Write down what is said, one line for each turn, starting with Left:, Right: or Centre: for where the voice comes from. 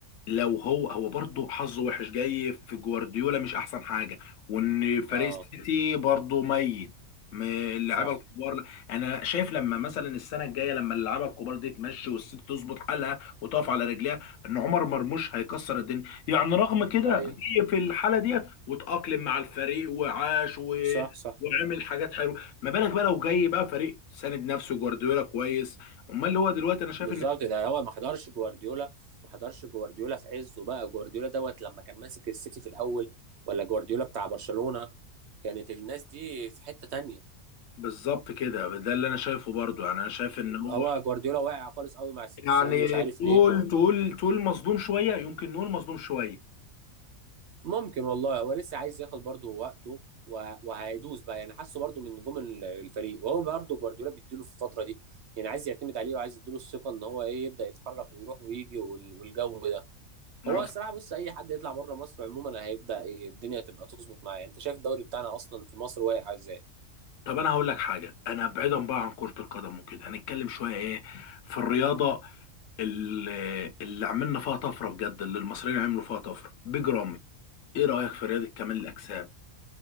Left: لو هو هو برضه حظه وحش جاي في جوارديولا مش احسن حاجه وان فريق
Right: اه
Left: السيتي برضه ميت م- اللعيبه
Right: صح
Left: الكبار انا شايف لما مثلا السنه الجايه لما اللعيبه الكبار دي تمشي والسيتي تظبط حالها وتقف على رجليها ان عمر مرموش هيكسر الدنيا يعني رغم كده
Right: ايوه
Left: جه في الحاله ديت وتأقلم مع الفريق وعاش و...
Right: صح صح
Left: وعمل حاجات حلوه ما بالك بقى لو جاي بقى فريق ساند نفسه جوارديولا كويس امال اللي هو دلوقتي انا شايف
Right: بالظبط ده هو ما حضرش جوارديولا ما حضرش جوارديولا في عزه بقى جوارديولا دوت لما كان ماسك السيتي في الاول ولا جوارديولا بتاع برشلونة كانت الناس دي في حتة تانية
Left: بالظبط كده ده اللي انا شايفه برضو يعني انا شايف ان هو
Right: هو جوارديولا واقع خالص قوي مع السيتي
Left: يعني
Right: السنة دي مش عارف
Left: تقول
Right: ليه
Left: تقول تقول مظلوم شويه يمكن نقول مظلوم شويه
Right: ممكن والله هو لسه عايز ياخد برضه وقته و- وهيدوس بقى يعني حاسه برضه من نجوم ال- الفريق وهو برضه جوارديولا بيديله في الفترة دي يعني عايز يعتمد عليه وعايز يديله الثقة ان هو ايه يبدأ يتحرك ويروح ويجي وال- والجو ده
Left: نعم.
Right: هو الصراحه بص اي حد يطلع بره مصر عموما هيبدا ايه الدنيا تبقى تظبط معاه انت شايف الدوري بتاعنا اصلا في مصر واقع ازاي
Left: طب انا هقول لك حاجه انا بعيدا بقى عن كره القدم وكده هنتكلم شويه ايه في الرياضه اللي, اللي عملنا فيها طفره بجد اللي المصريين عملوا فيها طفره بيج رامي ايه رايك في رياضه كمال الاجسام